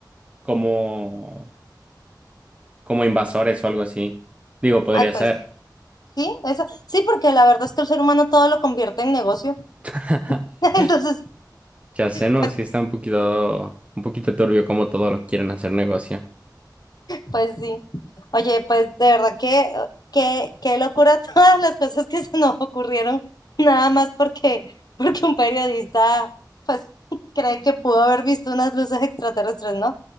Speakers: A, on the right (about 15°); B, on the left (about 60°).
A: como como invasores o algo así. Digo, podría
B: Ay, pues
A: ser.
B: sí, eso, sí, porque la verdad es que el ser humano todo lo convierte en negocio.
A: <laughs>
B: <laughs> Entonces,
A: Ya sé, no,
B: pues,
A: sí está un poquito, un poquito turbio como todos lo quieren hacer negocio.
B: pues sí. Oye, pues de verdad que, que, qué locura <laughs> todas las cosas que se nos ocurrieron, nada más porque, porque un periodista, pues, cree que pudo haber visto unas luces extraterrestres, ¿no?